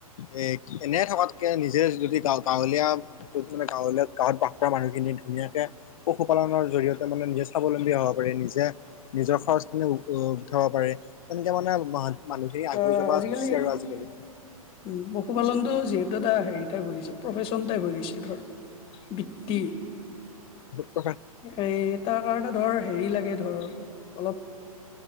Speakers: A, on the left; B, on the left.
A: এ এনে থকাতকে নিজে যদি গা গাঁৱলীয়া মানে গাঁৱলে গাঁৱত বাস কৰা মানুহখিনি ধুনীয়াকে পশুপালনৰ জৰিয়তে মানে নিজে স্বাৱলম্বী হ'ব পাৰে নিজে যে নিজে নিজৰ খৰচখিনি উঠব পাৰে তেনেকৈ মানে মানুহখিনি আগুৱাই
B: অ
A: যাব
B: আজিকালি
A: ধৰিছে আৰু আজিকালি
B: উ পশুপালনতটো যিহেতু এটা হেৰি টাইপ হৈ গৈছে প্ৰফেশচন টাইপ হৈ গৈছে ধৰ বৃত্তি
A: উ <unintelligible>
B: এ তাৰ কাৰণে ধৰ হেৰি লাগে ধৰ অলপ